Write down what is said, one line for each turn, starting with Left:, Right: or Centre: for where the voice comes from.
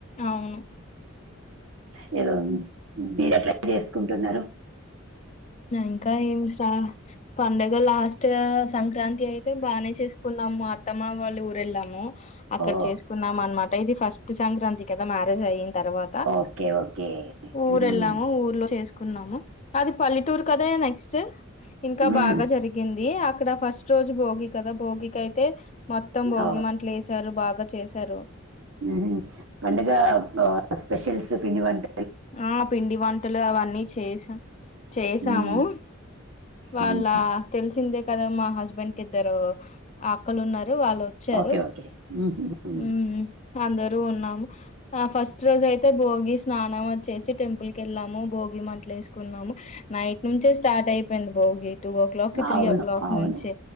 Left: అవును
Right: మిరూ మీరు ఎట్లా చేసుకుంటున్నరు.
Left: ఇంకా ఏం స్ట పండగ లాస్ట్ మత్త సంక్రాంతి అయితే బానే చేసుకున్నాము. మా అత్తమ్మ వాళ్ళ ఊరెళ్ళాము. అక్కడ
Right: ఓ
Left: చేసుకున్నాం అనమాట ఇది ఫస్ట్ సంక్రాంతి కదా మ మ్యారేజ్ అయిన తరువాత
Right: ఓకే ఓకే
Left: ఊరెళ్ళాము
Right: మ్మ్.
Left: ఊర్లో చేస్ అనుకున్నాము అది పల్లెటూరు కదా నెక్స్ట్ ఇంకా
Right: మ్మ్.
Left: బాగా జరిగింది అక్కడ ఫస్ట్ రోజు భోగి కదా భోగికి అయితే మొత్తం భోగి
Right: ఆ,
Left: మంటలేసారు. బాగా చేశారు.
Right: ఉహ్ పండగా స్పెషల్స్ పిండి వంట
Left: ఆ పిండి వంటలు అవన్నీ చేసా చేసాము.
Right: మ్మ్.
Left: వాళ్ళా
Right: మ్మ్.
Left: తెలిసిందే కదా మా హస్బెండ్ కిద్దరు ఆక్కలు ఉన్నారు. వాళ్ళొచ్చారు
Right: ఓకే ఓకే మ్మ్. మ్మ్.
Left: ఉమ్ అందరూ ఉన్నాము ఆ ఫస్ట్ రోజయితే అయితే భోగి స్నానం చెచ్చి టెంపుల్ కెళ్ళాము. భోగి మంటలేస్కున్నాము. నైట్ నుంచే స్టార్ట్ అయిపోయింది భోగి టూ ఓ క్లాకి త్రీ
Right: అవును
Left: ఓ క్లాక్
Right: అవును
Left: నుంచి